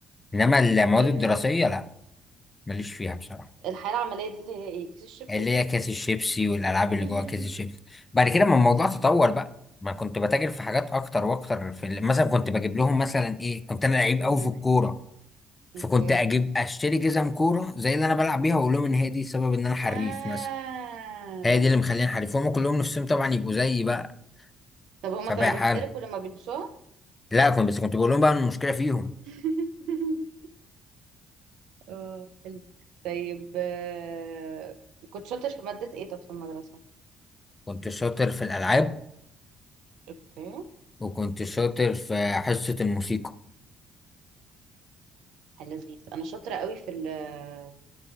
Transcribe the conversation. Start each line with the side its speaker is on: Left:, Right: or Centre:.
Left: انما المواد
Right: آه
Left: الدراسيه لا ماليش فيها بصراحه
Right: الحياه العمليه دي اللي هي ايه كيس الشيبسي
Left: اللي هي كيس الشيبسي والالعاب
Right: <laughs>
Left: اللي جوه كيس الشيبسي بعد كده ما الموضوع تطور بقى ما كنت بتاجر في حاجات اكتر واكتر في ال- مثلا كنت بجيب لهم مثلا ايه كنت انا لعيب
Right: مم،
Left: قوي في الكوره فكنت
Right: اوكي
Left: اجيب اشتري جزم كوره زي اللي انا بلعب بيها واقول لهم ان هي دي سبب ان انا حريف
Right: آه.
Left: مثلا هي دي اللي مخليني حريف هم كلهم نفسهم طبعا يبقوا زيي بقى
Right: طب هما
Left: فبقى
Right: كانوا بيحترقوا
Left: حال
Right: لما بيلبسوها
Left: لا كنت بس كنت بقول لهم بقى إن المشكله فيهم
Right: <laughs> اه حلو. طيب آه، كنت شاطر في مادة ايه طب في المدرسة
Left: كنت شاطر في الالعاب
Right: اوكي
Left: وكنت شاطر في حصه الموسيقى
Right: حل لذيذ انا شاطرة قوي في ال-